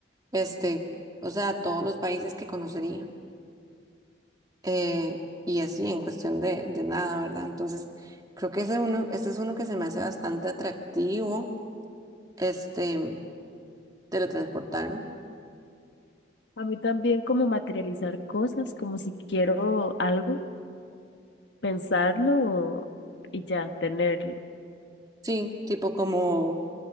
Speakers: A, on the right; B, on the left.
A: Este, o sea, todos los países que conocería. Eh, y así, en cuestión de, de nada, ¿verdad? Entonces, creo que ese uno, ese es uno que se me hace bastante atractivo, este, teletransportarme.
B: A mí también como materializar cosas, como si quiero algo, pensarlo y ya, tenerlo.
A: Sí, tipo como,